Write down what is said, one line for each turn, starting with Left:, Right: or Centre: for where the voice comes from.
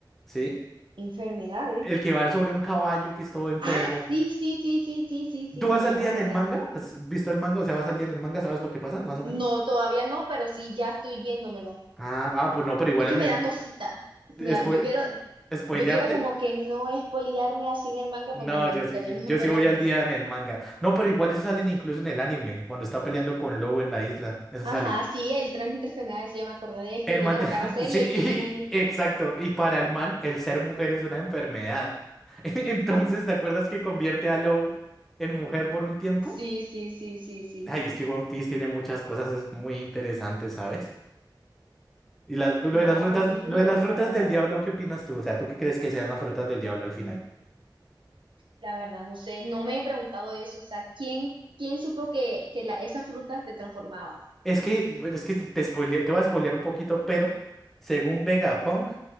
Centre: ¿Sí?
Right: Enfermedades.
Centre: El que va sobre un caballo que es todo enfermo.
Right: Ah, sí, sí, sí, sí, sí, sí, sí,
Centre: ¿Tú vas
Right: sí,
Centre: al
Right: ya
Centre: día
Right: me acordé.
Centre: en el manga? ¿Has visto el manga? O sea, vas al día en el manga, ¿sabes lo que pasa, más o
Right: No,
Centre: menos?
Right: todavía no, pero sí, ya estoy viéndomelo.
Centre: Ah, ah, pues no, pero igual
Right: Es
Centre: en
Right: que me
Centre: el...
Right: da cosita.
Centre: ¿Spo-
Right: Me da- yo quiero,
Centre: ¿Spoilearte?
Right: yo quiero como que no spoilearme así en el manga
Centre: No,
Right: porque me
Centre: yo
Right: gustaría
Centre: sí,
Right: mejor
Centre: sí, yo sí
Right: ver
Centre: voy
Right: la animación.
Centre: al día en el manga. No, pero igual eso sale incluso en el anime, cuando está peleando con Lou en la isla. Eso
Right: Ajá,
Centre: sale.
Right: sí, el transmitter se me decía, me acordé de él,
Centre: El
Right: que tiene
Centre: man... tra-
Right: la cara seria
Centre: <laughs> Sí,
Right: y
Centre: y-
Right: tiene un...
Centre: exacto. Y para el man, el ser mujer es una enfermedad. <laughs> Entonces, ¿te acuerdas que convierte a Lou en mujer por un tiempo?
Right: Sí, sí, sí, sí, sí.
Centre: Ay, es que One Piece tiene muchas cosas es muy interesantes, ¿sabes? Y las- lo
Right: No,
Centre: de las frutas,
Right: One Piece es
Centre: lo
Right: una
Centre: de
Right: locura,
Centre: las frutas
Right: la verdad.
Centre: del diablo, ¿qué opinas tú? O sea, ¿tú qué crees que sean las frutas del diablo al final?
Right: La verdad, no sé, no me he preguntado eso. O sea, ¿quién, quién supo que, que la- esas frutas te transformaban?
Centre: Es que, bueno, es que te te spoile- te voy a spoilear un poquito, pero según Vegapunk,